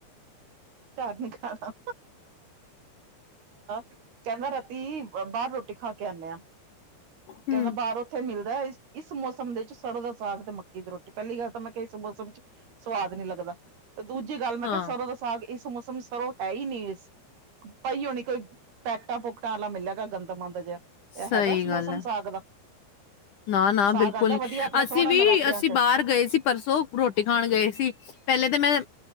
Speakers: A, on the right (about 65°); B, on the left (about 60°).
A: ਘਰ ਨੀ ਖਾਣਾ, ਕਹਿੰਦਾ ਰਾਤੀ ਬਾਹਰ ਰੋਟੀ ਖਾ ਕੇ ਆਉਂਦੇ ਆ।
B: ਹੂੰ।
A: ਕਹਿੰਦਾ ਬਾਹਰ ਉੱਥੇ ਮਿਲਦਾ। ਇਸ ਮੌਸਮ ਦੇ ਵਿੱਚ ਸਰੋਂ ਦਾ ਸਾਗ ਤੇ ਮੱਕੀ ਦੀ ਰੋਟੀ ਪਹਿਲੀ ਗੱਲ ਤਾਂ ਮੈਂ ਕਿਹਾ ਇਸ ਮੌਸਮ ਚ ਸਵਾਦ ਨਹੀ ਲੱਗਦਾ। ਦੂਜੀ ਗੱਲ ਮੈਂ
B: ਹਾਂ
A: ਕਿਹਾ ਸਰੋਂ ਦਾ ਸਾਗ ਇਸ ਮੌਸਮ ਸਰੋਂ ਹੈ ਹੀ ਨਹੀਂ, ਇਸ ਪਈ ਹੋਣੀ ਕੋਈ ਪੈਕਟਾਂ ਪੂਕਟਾਂ ਵਾਲਾ ਮਿਲੇ ਗਾ ਗੰਦਮੰਦ ਜਿਹਾ ਇਹ
B: ਸਹੀ
A: ਹੈਗਾ,
B: ਗੱਲ
A: ਮੌਸਮ
B: ਹੈ
A: ਸਾਗ ਦਾ।
B: ਨਾ ਨਾ
A: ਸਾਗ
B: ਬਿਲਕੁਲ
A: ਆਂਦਾ
B: ਨੀ
A: ਵਧੀਆ ਆਪਣਾ
B: ਅਸੀਂ
A: ਸੋਹਣਾ
B: ਵੀ
A: ਨਰਾਤਿਆਂ
B: ਅਸੀਂ
A: ਚ
B: ਬਾਹਰ ਗਏ ਸੀ ਪਰਸੋਂ ਰੋਟੀ ਖਾਣ ਗਏ ਸੀ। ਪਹਿਲੇ ਤਾਂ ਮੈਂ